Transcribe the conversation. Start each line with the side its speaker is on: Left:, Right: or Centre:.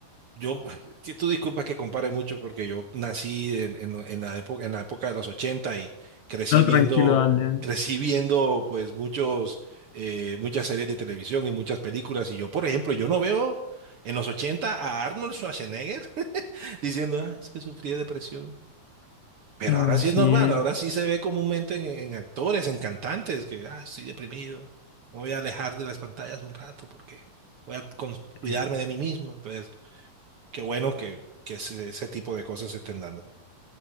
Right: yo, <laughs> que tú disculpas que compare mucho porque yo nací en, en- en la época, en la época de los 80 y crecí
Left: No,
Right: viendo,
Left: tranquilo, dale.
Right: <laughs> crecí viendo pues muchos, eh, muchas series de televisión y muchas películas. Y yo, por ejemplo, yo no veo en los 80 a Arnold Schwarzenegger <laughs> diciendo, ah, es que sufrí de depresión. Pero
Left: Ah,
Right: ahora sí
Left: sí.
Right: es normal, ahora sí se ve comúnmente en, en actores, en cantantes, que, ah, estoy deprimido, me voy a alejar de las pantallas un rato porque voy a cons- cuidarme
Left: eh.
Right: de mí mismo. Entonces... Qué bueno que, que ese, ese tipo de cosas se estén dando.